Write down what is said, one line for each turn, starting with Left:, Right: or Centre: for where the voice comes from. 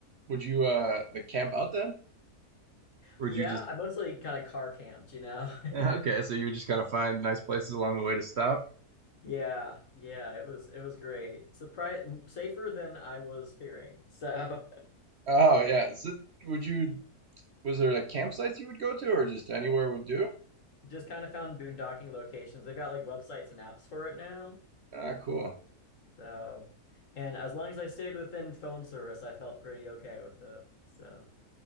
Right: Would you uh like camp out then? Or
Left: Yeah,
Right: would you just
Left: I mostly kind of car camped, you know.
Right: <laughs> Yeah,
Left: <laughs>
Right: Okay, so you would just kind of find nice places along the way to stop.
Left: Yeah, yeah, it was it was great. Surprise safer than I was fearing. So,
Right: Oh yeah. Is would you, was there like campsites you would go to or just anywhere would do?
Left: <laughs> just kind of found boondocking locations. They've got like websites and apps for it now.
Right: Ah, cool.
Left: So, and as long as I stayed within phone service, I felt pretty okay with it. So,